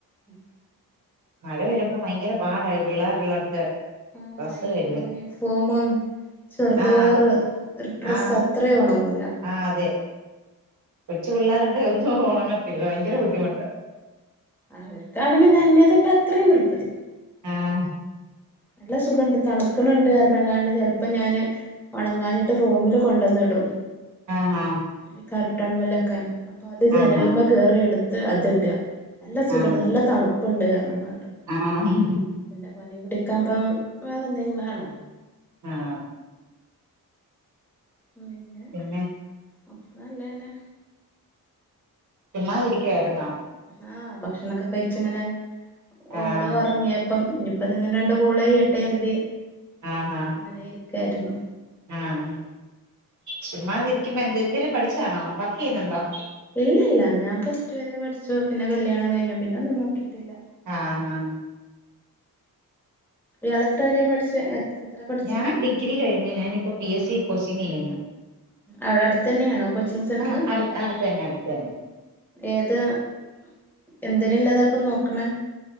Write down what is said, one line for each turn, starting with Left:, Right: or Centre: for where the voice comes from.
Centre: ഉം
Right: മഴ വരുമ്പോ ഭയങ്കര പാടായി പിള്ളേരുള്ളടത്ത്
Centre: ആ
Right: ഡ്രസ്സ്‌ കഴുകാൻ.
Centre: യൂണിഫോമും ചെറുത്കളെ
Right: ആഹ്
Centre: ഡ്രെസ്സ് ഒരു ഡ്രസ്സ്
Right: ആഹ്
Centre: അത്രയും ഒണങ്ങൂല.
Right: ആഹ് അതെ കൊച്ചു പിള്ളേരുണ്ട് ഒന്നും ഒണങ്ങത്തില്ല ഭയങ്കര ബുദ്ധിമുട്ട.
Centre: ആഹ് അവർക്കാണെങ്കി നനഞ്ഞത്ഇട്ട അത്രയും തിർപ്പതി.
Right: ആഹ്
Centre: നല്ല സുഖണ്ട് തണുക്കണണ്ട് പറഞ് ങ്ങണ്ട്. ചെലപ്പോം ഞാന് ഒണങ്ങാഞ്ഞിട്ട് റൂമില് കൊണ്ടന്നിടും.
Right: ആഹ് ആഹ്.
Centre: ഈ കർട്ടൺമലൊക്കെ അപ്പൊ അത് ജനൽമേ
Right: ആഹാ
Centre: കേറി എടുത്ത് അത് ഇട. നല്ല സുഖണ്ട്
Right: ആഹ്
Centre: നല്ല തണുപ്പ്ണ്ട് പറഞ്ഞങ്ങ ണ്ട്.
Right: ആഹ്.
Centre: പിന്നെ പനി പിടിക്കാത വേറെന്തേലും വേണം.
Right: ആഹ്.
Centre: ഉം പിന്നെ
Right: പിന്നെ
Centre: ഒക്കെ നല്ലതന്നെ.
Right: ചുമ്മാതിരിക്കായിരുന്നോ.
Centre: ആഹ് ഭക്ഷണൊക്കെ കഴിച്ചിങ്ങനെ ഓളും
Right: ആഹ്
Centre: ഒറങ്ങിയപ്പം ഇനി അപ്പതിങ്ങനെ രണ്ട് കോളെയ്യട്ടെ കരുതി
Right: ആഹാ
Centre: അങ്ങനെ ഇരിക്കായിരുന്നു.
Right: ആഹ് ചുമ്മാതിരിക്കുമ്പോ എന്തെങ്കിലും പഠിച്ചതണോ വർക്ക് ചെയ്യുന്നുണ്ടോ?
Centre: ഇല്ലല്ല ഞാൻ പ്ലസ്ടു വരെ പഠിച്ചു പിന്നെ കല്യാണം കഴിഞ്ഞു പിന്നെ ഒന്നും നോക്കിയിട്ടില്ല.
Right: ആഹ് ആഹ്
Centre: ഇയാളെത്ര വരെ പഠിച്ച് എത്ര പഠിച്ചു.
Right: ഞാൻ ഡിഗ്രി കഴിഞ്ഞ് ഞാനിപ്പോ പി എസ് സി കോച്ചിങ് ചെയ്യുന്നു
Centre: അവിടെ അടുത്തന്നെയാണോ കോച്ചിങ് സെന്റർ.
Right: ആഹ് അടു അടുത്ത് തന്നെ അടുത്ത് തന്നെ
Centre: ഏതഎന്തിനുള്ളത അപ്പൊ നോക്ക്ണ്